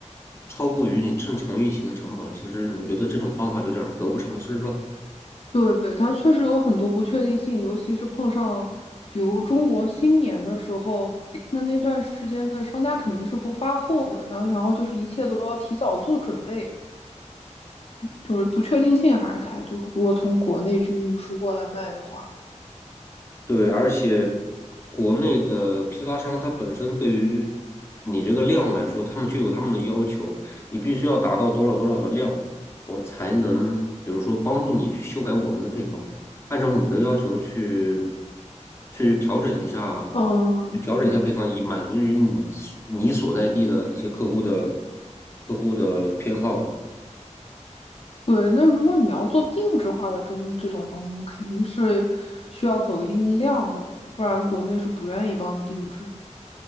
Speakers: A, on the left (about 20°); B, on the left (about 50°).
A: 超过于你正常运行的成本。其实我觉得这种方法有点儿得不偿失了。
B: 对，它确实有很多不确定性，尤其是碰上，比如中国新年的时候，<clears throat> 那那段时间的商家肯定是不发货的，然后然后就是一切都要提早做准备，就是不确定性还是太多。如果从国内去运输过来卖的话，
A: 对，而且国内的批发商它本身对于你这个量来说，他们就有他们的要求，你必须要达到多少多少的量，我才能比如说帮助你去修改我们的配方，按照你的要求去去调整一下，
B: 嗯，
A: 去调整一下配方，
B: 对
A: 以满足于你你所在地的那些客户的客户的偏好。
B: 对，那如果你要做定制化的这种这种东西，肯定是需要走一定量的，不然国内是不愿意帮你定制。